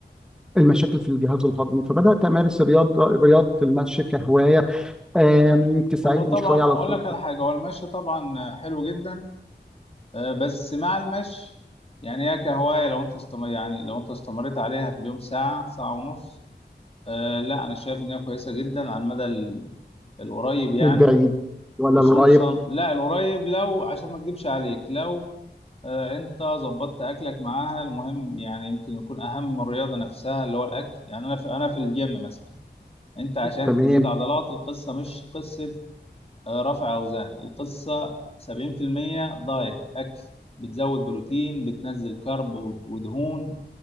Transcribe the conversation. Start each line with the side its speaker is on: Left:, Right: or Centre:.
Centre: المشاكل في الجهاز الهضمي فبدات امارس الرياضه رياضه المشي كهوايه آم، تساعدني
Left: هو طبعا
Centre: شويه على
Left: اقول
Centre: الخروج
Left: لك على حاجه هو المشي طبعا حلو جدا آه، بس مع المشي يعني هي كهوايه لو انت استمر يعني لو انت استمريت عليها في اليوم ساعه ساعه ونص آه، لا انا شايف ان هي كويسه جدا على المدى ال- القريب يعني
Centre: للبعيد ولا
Left: خصوصا
Centre: القريب
Left: لا القريب لو عشان ما اكدبش عليك لو آه، انت ظبطت اكلك معاها المهم يعني يمكن يكون اهم من الرياضه نفسها اللي هو الاكل يعني انا في انا في الجيم مثلا انت عشان
Centre: تمام
Left: تزيد عضلات القصه مش قصه آه، رفع اوزان القصه 70% دايت اكل بتزود بروتين بتنزل كرب ود- ودهون